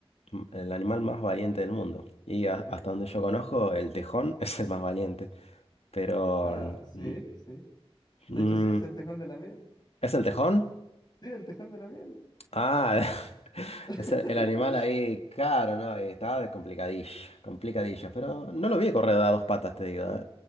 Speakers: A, on the left (about 85°); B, on the left (about 45°).
A: Mm, El animal más valiente del mundo. Y a- hasta
B: Sí, sí.
A: donde yo conozco, el tejón <laughs> es el más valiente. Pero.
B: Ah, sí,
A: mm,
B: sí.
A: mm,
B: De hecho, sí, es el tejón de la miel.
A: ¿es el tejón?
B: Sí, el tejón de la miel.
A: Ah,
B: <laughs>
A: Ese- El el animal ahí, caro, ¿no? Y Estaba de complicadillo, complicadillo. Pero no lo vi correr a dos patas, te digo, ¿eh?